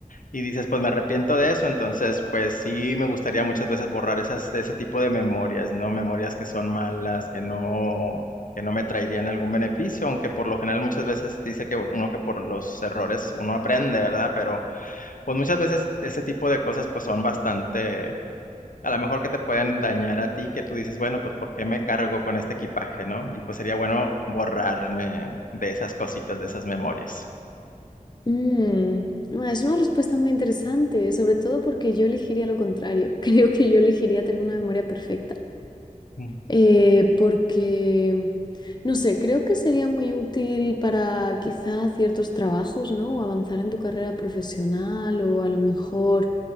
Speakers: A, on the left; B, on the left.
A: Y dices, pues me arrepiento de eso, entonces pues sí me gustaría muchas veces borrar esas, ese tipo de memorias, ¿no? Memorias que son malas, que no, que no me traerían algún beneficio, aunque por lo general muchas veces dice que uno que por los errores uno aprende, ¿verdad? Pero pues muchas veces ese tipo de cosas pues son bastante, a lo mejor que te pueden dañar a ti, que tú dices, bueno, pues ¿por qué me cargo con este equipaje, ¿no? Y pues sería bueno borrarme de esas cositas, de esas memorias.
B: Mm, ah, es una respuesta muy interesante, sobre todo porque yo elegiría lo contrario. <laughs> Creo que yo elegiría tener una memoria perfecta,
A: Mm.
B: eh, porque, no sé, creo que sería muy útil para quizá ciertos trabajos, ¿no? O avanzar en tu carrera profesional, o a lo mejor,